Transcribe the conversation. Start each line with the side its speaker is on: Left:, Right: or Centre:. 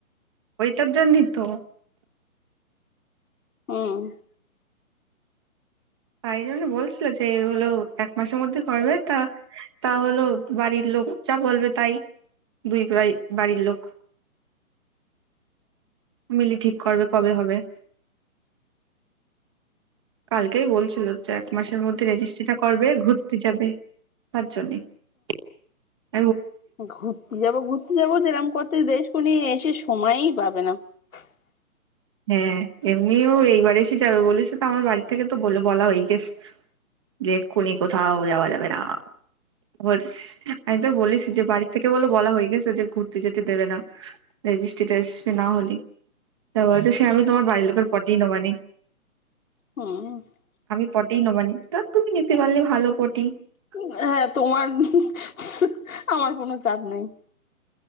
Right: <unintelligible>
Left: <unintelligible>
Right: <unintelligible> <unintelligible> <unintelligible> <unintelligible> <unintelligible> <unintelligible> <inaudible>
Left: <inaudible> <inaudible>
Right: <inaudible> <inaudible> <inaudible>
Left: <inaudible>
Right: <inaudible>
Left: <unintelligible> <inaudible>